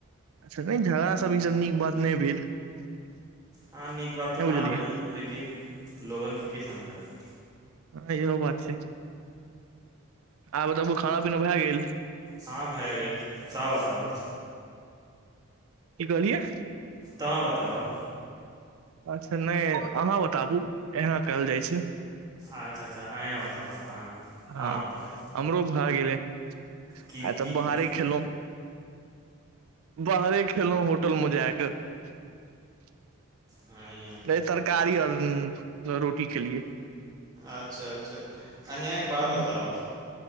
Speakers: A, on the right (about 75°); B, on the right (about 15°).
A: अच्छा नहि झगड़ा सब ई सब नीक बात नहि भेल <unintelligible>
B: हँ नीक बात
A: नहि
B: तऽ न
A: बुझलियै
B: भेल लेकिन लोगन के की समझाउ
A: हँ इहो बात छै आब बताबु खाना पीना भए गेल
B: हँ भए गेल तं बताब
A: की कहलियै
B: तं बताब
A: अच्छा नहि अहाँ बताबू एना कहल जाइत छै
B: अच्छा अच्छा अंय बताब आं
A: हँ
B: अहाँ बताब
A: हमरो भए गेलै
B: की
A: आ तऽ
B: की
A: बाहरे
B: खैयली
A: खेलहुँ बाहरे खेलहुँ होटलमे जायक <unintelligible>
B: अ
A: नहि तरकारी आओर रं -रो- टीे खैलिए
B: अच्छा अच्छा अंहाँंके बात
A: ह
B: बताब